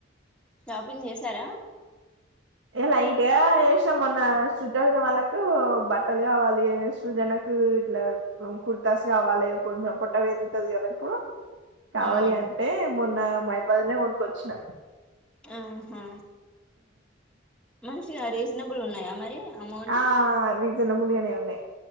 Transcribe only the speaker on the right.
ఏ లైట్గా ఏశ్నం మొన్న శృతి వదిన వాళ్ళకూ బట్టలు గావాలి సృజన. కూ ఇట్లా కుర్తాస్ గావాలె, కొంచెం పొట్ట వెరుగుతది గదా ఇప్పుడు. కావాలి
అంటే మొన్న మైపాదుల్నే కొనుకొచ్చిన
ఆ రీజనబుల్గనే ఉన్నయ్